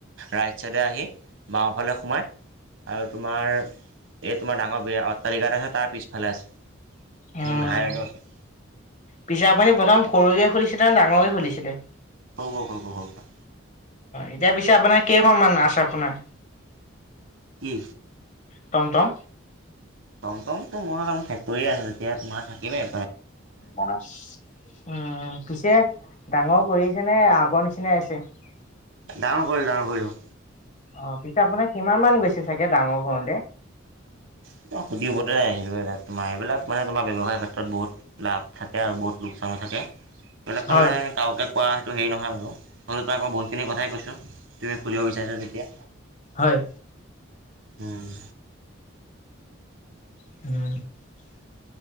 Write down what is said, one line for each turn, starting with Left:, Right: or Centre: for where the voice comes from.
Right: ৰাইট চাইডে আহি বাওঁফালে সোমায় আৰু তোমাৰ তোমাৰ ডাঙৰ বিয়া অট্টালিকা আছে তাৰ পিছফালে আছে।
Left: উম,
Right: হাইৱেডৰ ওচৰত
Left: পিছে আপুনি প্ৰথম সৰুকে খুলিছিলে নে ডাঙৰকে খুলিছিলে? অ',
Right: সৰু ঘৰ সৰু ঘৰ সৰু ঘৰ
Left: এতিয়া পিছে আপোনাৰ <unintelligible> আছে আপোনাৰ?
Right: কি?
Left: টম টম।
Right: টম টমটো তোমাৰ ফেক্টৰিয়ে আছে তেতিয়া তোমাৰ থাকিলে
Left: উম, পিছে ডাঙৰ কৰিছে নে আগৰ নিচিনা? নিচিনাই আছে।
Right: ডাঙৰ কৰিলো ডাঙৰ কৰিলো।
Left: অ', পিছে আপোনাৰ কিমান মান গৈছে চাগে ডাঙৰ কৰোতে?
Right: <unintelligible> তোমাৰ, এইবিলাক মানে তোমাৰ ব্যৱসায়ৰ ক্ষেত্ৰত বহুত লাভ থাকে আৰু বহুত লোকচানো থাকে। এইবিলাক
Left: হয়,
Right: মানে কাওকে কোৱা সেইটো হেৰি নহয় বাৰু, হলেও তই আকৌ বহুতখিনি কথাই কৈছোঁ। তুমি খুলিব বিচাৰিছা যেতিয়া।
Left: হয়
Right: উম।
Left: <unintelligible>